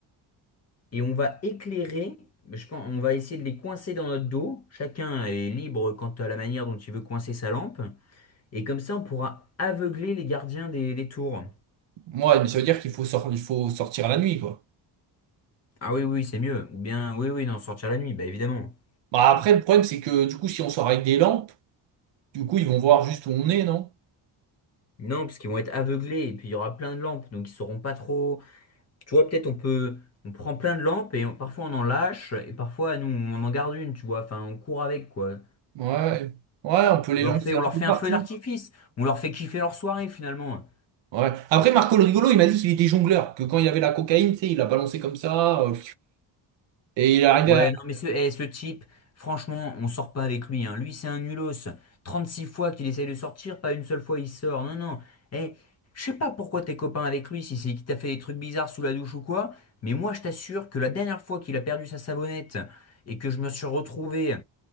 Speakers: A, on the left (about 35°); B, on the right (about 75°).
A: et on va éclairer. Je pense, on va essayer de les coincer dans notre dos. Chacun est libre quant à la manière dont il veut coincer sa lampe. Et comme ça, on pourra aveugler les gardiens des, des tours.
B: Moi, mais ça veut dire qu'il faut sor- il faut sortir la nuit, quoi.
A: Ah oui, oui, c'est mieux. Ou bien, oui, oui, non, sortir la nuit, bah évidemment.
B: Bah après, le problème, c'est que du coup, si on sort avec des lampes, du coup, ils vont voir juste où on est, non?
A: Non, parce qu'ils vont être aveuglés et puis il y aura plein de lampes, donc ils sauront pas trop. Tu vois, peut-être on peut, on prend plein de lampes et on- parfois on en lâche et parfois nous on en garde une, tu vois. Enfin, on court avec quoi.
B: Ouais. Ouais, on peut les
A: On
B: lancer
A: leur fait, on
B: un
A: leur
B: peu
A: fait
B: partout.
A: un feu d'artifice. On leur fait kiffer leur soirée, finalement.
B: Ouais. Après, Marco le rigolo, il m'a dit qu'il était jongleur, que quand il avait la cocaïne, tu sais, il a balancé comme ça, euh, et il est arrivé
A: Ouais,
B: à...
A: non, mais ce, eh, ce type, franchement, on sort pas avec lui. hein. Lui, c'est un nulos. 36 fois qu'il essaye de sortir, pas une seule fois il sort. Non, non. Eh, je sais pas pourquoi t'es copain avec lui, si c'est qu'il t'a fait des trucs bizarres sous la douche ou quoi, mais moi, je t'assure que la dernière fois qu'il a perdu sa savonnette et que je me suis retrouvé